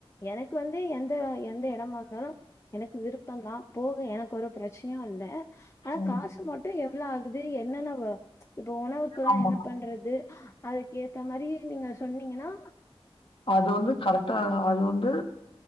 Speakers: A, on the left; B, on the left.
A: எனக்கு வந்து எந்த எந்த எடமா இருந்தாலு எனக்கு விருப்பம் தா போக எனக்கு ஒரு பிரச்சனையுல்ல ஆனா
B: ம்
A: காசு மட் டு எவ்ளோ ஆகுது என்னென்ன வ இப்ப உணவுக்குல்லா
B: ஆமா
A: என்ன பண்றது அதுக் ஏத்த மாரி நீங்க சொன்னீங்கன்னா
B: அது வந்து கரெக்டா அது வந்து